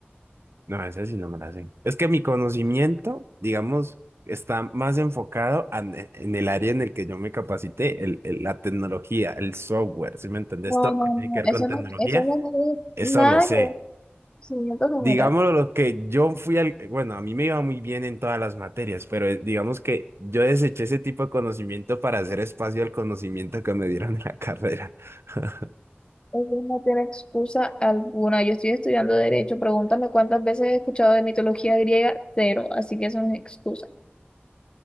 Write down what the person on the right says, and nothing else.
No, esa sí no me la sé. Es que mi conocimiento, digamos, está más enfocado a- en el área en el que yo me capacité, el, el- la tecnología, el software, ¿sí me entendés?
Todo lo
que tiene
que ver
con tecnología,
eso
lo sé.
Digámoslo,
lo que yo fui al, bueno, a mí me iba muy bien en todas las materias, pero eh, digamos que yo deseché ese tipo de conocimiento para hacer espacio al conocimiento que me dieron en la carrera. <laughs>